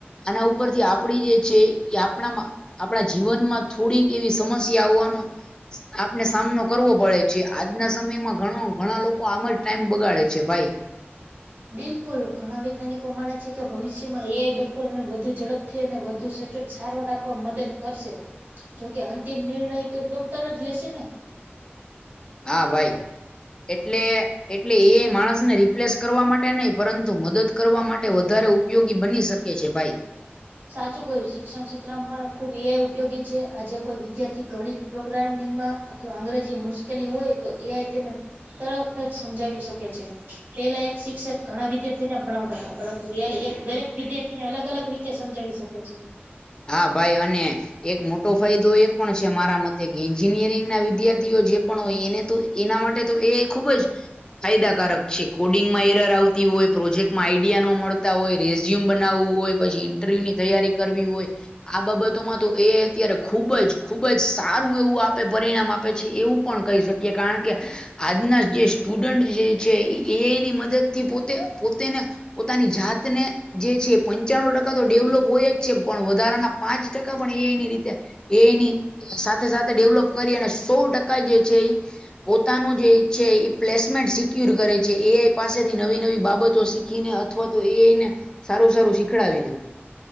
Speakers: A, on the left; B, on the right.
A: આના ઉપરથી આપણી જે છે ઇ આપણામાં આપણા જીવનમાં થોડીક એવી સમસ્યા હોવાનો આપને સામનો કરવો પડે છે. આજના સમયમાં ઘણો ઘણા લોકો આમ જ ટાઈમ બગાડે છે ભાઈ.
B: બિલકુલ. ઘણા વૈજ્ઞાનિકો માને છે કે ભવિષ્યમાં એ આઈ ડોક્ટરોને વધુ ઝડપ થી અને વધુ સચોટ સારવાર આપવામ મદદ કરશે. જોકે અંતિમ નિર્ણય તો ડોક્ટર જ લેશે ને.
A: હા ભાઈ. એટલે-એટલે એ માણસ ને રિપ્લેસ કરવા માટે નહીં, પરંતુ મદદ કરવા માટે વધારે ઉપયોગી બની શકે છે ભાઈ.
B: સાચું કહ્યું. શિક્ષણ ક્ષેત્રમાં પણ ખુબ એ આઈ ઉપયોગી છે. આજે કોઈ વિદ્યાર્થી ગણિત પ્રોગ્રામિંગમાં અથવા અંગ્રેજી મુશ્કેલી હોય તો એ આઈ તેને તરત જ સમજાવી શકે છે. પહેલા એક શિક્ષક ઘણા વિદ્યાર્થીઓને ભણાવતા હતા. પરંતુ એ આઈ એક દરેક વિદ્યાર્થીને અલગ-અલગ રીત તે સમજાવી શકે છે.
A: હા ભાઈ. અને એક મોટો ફાયદો એ પણ છે મારા મતે એન્જિનિયરિંગ ના વિદ્યાર્થીઓ જે પણ હોય એને તો એના માટે તો એ આઈ ખુબ જ ફાયદાકારક છે. કોડિંગમાં એરર આવતી હોય, પ્રોજેક્ટમાં આઈડિયા ન મળતા હોય, રેઝ્યુમ બનાવવું હોય, પછી ઇન્ટરવ્યુ ની તૈયારી કરવી હોય આ બાબતોમાં તો એ આઈ અત્યારે ખુબ જ, ખુબ જ સારું એવું આપે પરિણામ આપે છે. એવું પણ કહી શકીએ. કારણ કે આજના જે સ્ટુડન્ટ જે છે ઈ એ આઈ ની મદદ થી પોતે-પોતેને પોતાની જાતને જે છે એ પંચાણું ટકા તો ડેવલોપ હોય જ છે. પણ વધ ધારાના પાંચ ટકા પણ એ આઈ ની રીતે, એ આઈની સાથે-સાથે ડેવલોપ કરી, અને સો ટકા જે છે ઈ પોતાનું જે ઈ છે ઈ પ્લેસમેન્ટ સિક્યુર કરે છે. એ આઈ પાસેથી નવી-નવી બાબતો શીખીને અથ અથવા તો એ આઈને સારું-સારું શીખવાડીને.